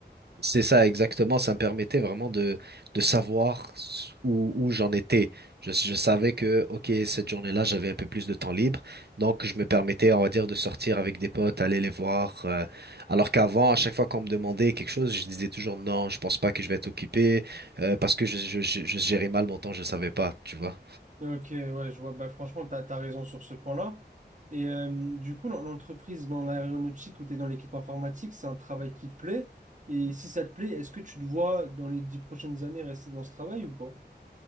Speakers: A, on the right; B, on the right.
A: C'est ça, exactement. Ça me permettait vraiment de, de savoir s- où, où j'en étais. Je, je savais que, OK, cette journée-là, j'avais un peu plus de temps libre. Donc, je me permettais, on va dire, de sortir avec des potes, aller les voir. euh, alors qu'avant, à chaque fois qu'on me demandait quelque chose, je disais toujours non, je pense pas que je vais être occupé euh, parce que je, je, je, je gérais mal mon temps, je savais pas, tu vois.
B: Ok, ouais, je vois. Bah, franchement, t'as, t'as raison sur ce point-là. Et euh, du coup, l'en- l'entreprise dans l'aéronautique où t'es dans l'équipe informatique, c'est un travail qui te plaît. Et si ça te plaît, est-ce que tu te vois dans les dix prochaines années rester dans ce travail ou pas?